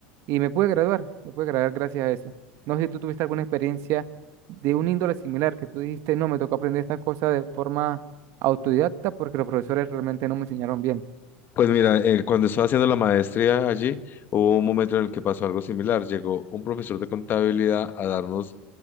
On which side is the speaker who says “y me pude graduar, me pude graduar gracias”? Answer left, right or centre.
Right